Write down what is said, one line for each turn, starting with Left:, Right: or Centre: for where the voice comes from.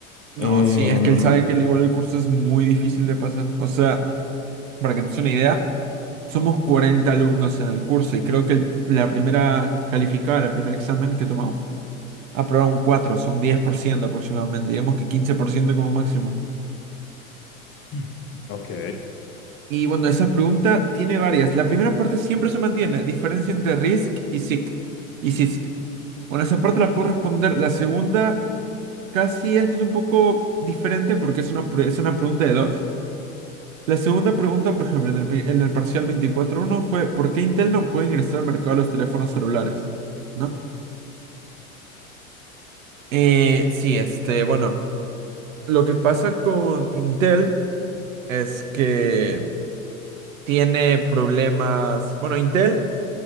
Right: No,
Left: Em,
Right: sí, es que él sabe que al igual el curso es muy difícil de pasar. O sea, para que te des una idea, somos 40 alumnos en el curso y creo que el- la primera calificada, la primer examen que tomamos, aprobaron 4 son 10% aproximadamente, digamos que 15% como máximo.
Left: <clears throat> ok.
Right: Y bueno, esa pregunta tiene varias. La primera parte siempre se mantiene, diferencia entre RISC y SIC. Y CISC. Bueno, esa parte la puedo responder. La segunda casi es que es un poco diferente porque es una, pre- es una pregunta de dos. La segunda pregunta, por ejemplo, en el, pe- en el parcial veinticuatro uno fue ¿por qué Intel no puede ingresar al mercado de los teléfonos celulares? ¿No? Eh, sí, este, bueno, lo que pasa con Intel es que tiene problemas. Bueno, Intel